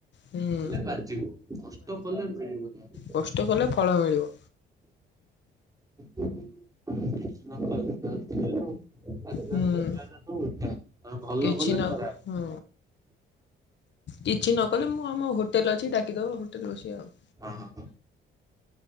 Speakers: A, on the left (about 65°); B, on the right (about 15°).
A: ହୁଁ
B: ହେଲେ ବାଜିବ କଷ୍ଟ୍ କଲେ ମିଳିବ ଯା।
A: କଷ୍ଟ୍ କଲେ ଫଳ ମିଳିବ।
B: ହୁଁ କିଛି ନହଲେ <unintelligible> ଆଜି କାଲି
A: ହୁଁ
B: ଦୁନିଆ ଟା ତ ଓଲଟା ଆଁ ଭଲ
A: କିଛି
B: କଲେ
A: ନ
B: ଖରାପ୍।
A: ହୁଁ କିଛି ନ କଲେ ମୁଁ ଆମ ହୋଟେଲ ଅଛି ଡାକିଦବ ହୋଟେଲରେ ବସିବା ଆଉ।
B: ହଁ